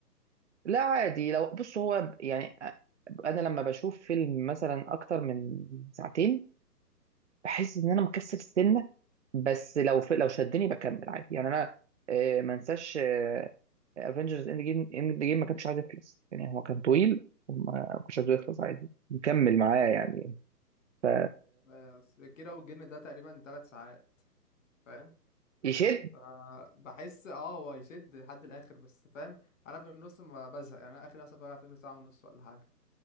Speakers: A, on the right; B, on the left.
A: لا عادي لو بص هو يعني آه، انا لما بشوف فيلم مثلا اكتر من ساعتين بحس ان انا مكسل السنه بس لو في... لو شدني بكمل عادي يعني انا آه ما انساش افنجرز اند جيم اند جيم ما كانش عايز يخلص يعني هو كان طويل وما كنتش عايزه يخلص عادي مكمل معاه يعني ف
B: بس كيرة والجن ده تقريبا ثلاث ساعات فاهم
A: يشد
B: آه، بحس اه هو يشد لحد الاخر بس فاهم انا في النص ما بزهق يعني انا اخر مثلا بتفرج على فيلم ساعه ونص ولا حاجه